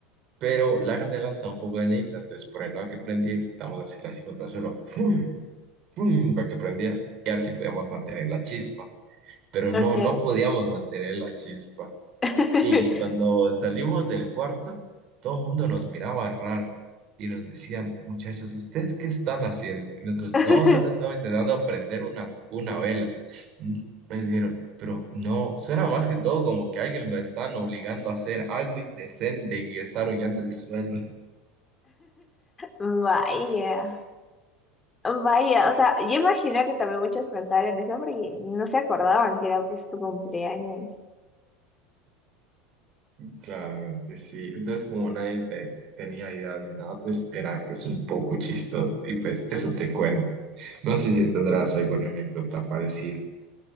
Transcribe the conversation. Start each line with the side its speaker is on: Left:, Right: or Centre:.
Right: pero la candela estaba un poco dañadita, entonces por el lado que prendía intentamos hacerla así contra el suelo, ¡fum! ¡fum! para que prendiera y a ver si podíamos mantener la chispa. Pero
Left: Ok.
Right: no, no podíamos mantener la chispa.
Left: <laughs>
Right: Y cuando salimos del cuarto, todo el mundo nos miraba raro y nos decían, muchachos, ¿ustedes qué están haciendo? Y nosotros,
Left: <laughs>
Right: no, solo estaba intentando prender una, una vela. Mm, Me dijeron, pero no, suena más que todo como que alguien lo están obligando a hacer algo indecente y estar hollando el suelo.
Left: Vaya, vaya, o sea, yo imagino que también muchos pensaron eso porque no se acordaban que era pues tu cumpleaños.
Right: <laughs> Claramente, sí. Entonces, como nadie te- tenía idea de nada, pues era pues un poco chistoso. Y pues eso te cuento. No sé si tendrás alguna anécdota parecida.